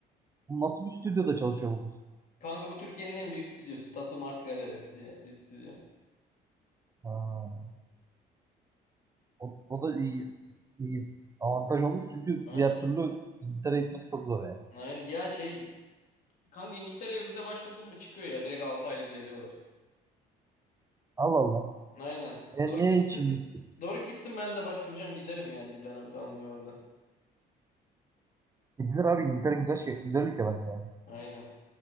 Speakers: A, on the right (about 20°); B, on the left (about 55°).
A: Bu Nasıl bir stüdyoda çalışıyor bu kız?
B: Kanka bu Türkiye'nin en büyük stüdyosu. Tattoo Mart Gallery diye bir stüdyo.
A: Ha, o, o da iyi, iyi avantaj olmuş çünkü
B: Aynen.
A: diğer türlü İngiltere'ye gitmesi çok zor yani.
B: Aynen. Ya şey kanka İngiltere'ye vize başvurdun mu çıkıyor ya. Direkt 6 aylık veriyorlar.
A: Allah Allah.
B: Aynen.
A: E
B: Doruk
A: niye
B: gitsin.
A: hiç İngil-
B: Doruk gitsin ben de başvuracağım giderim yani bir dönem kalmıyor orada.
A: gidilir abi İngiltere güzel şey, güzel ülke bence yani.
B: Aynen.